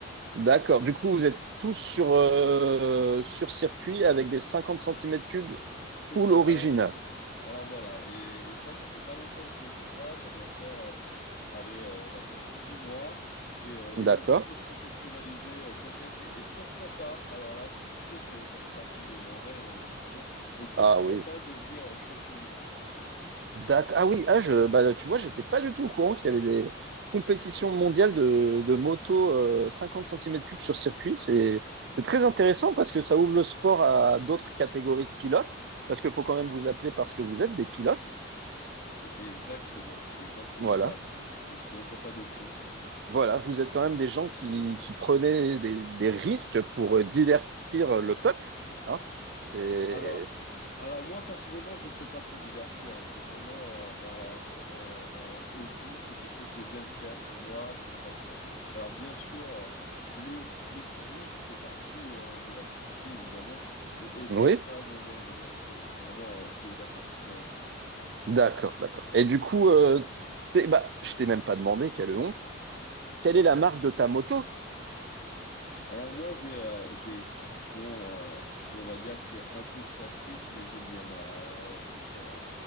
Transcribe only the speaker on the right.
D'accord. Du coup, vous êtes tous sur, euh, sur circuit avec des 50 centimètres cubes
full
original.
D'accord.
Ah oui,
D'ac- Ah oui, ah je, bah, tu vois, j'étais pas du tout au courant qu'il y avait des compétitions mondiales de, de moto euh, 50 centimètres cubes sur circuit. C'est c'est très intéressant parce que ça ouvre le sport à d'autres catégories de pilotes, parce qu'il faut quand même vous appeler parce que vous êtes des pilotes.
Voilà,
voilà, vous êtes quand même des gens qui, qui prenaient des, des risques pour euh, divertir le peuple. Hein. C'est-
Oui,
d'accord, d'accord. Et du coup, euh, c'est, bah, je t'ai même pas demandé, quelle honte, quelle est la marque de ta moto?